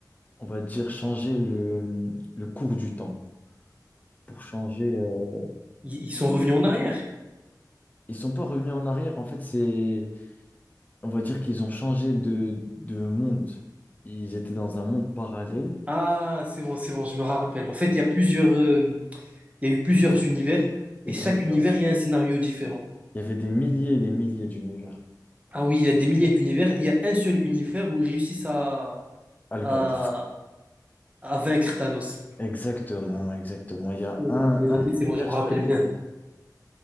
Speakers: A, on the left; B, on the right.
A: on va dire, changer le, le cours du temps. Pour changer, euh,
B: ils ils sont revenus en arrière.
A: ils sont pas revenus en arrière. En fait, c'est on va dire qu'ils ont changé de, de monde. Ils étaient dans un monde parallèle.
B: Ah, c'est bon, c'est bon, je me rappelle. En fait, il y a plusieurs, euh, il y a eu plusieurs univers et
A: Exactement.
B: chaque univers, il y a un scénario différent.
A: Il y avait des milliers et des milliers d'univers
B: Ah oui, il y a des milliers d'univers. Il y a un seul univers où ils réussissent à,
A: à le
B: à,
A: battre.
B: à vaincre Thanos.
A: Exactement, exactement. Il y a
B: Ok,
A: un, un
B: ok, c'est
A: univers
B: bon, je me
A: sur
B: rappelle
A: des
B: bien.
A: milliers.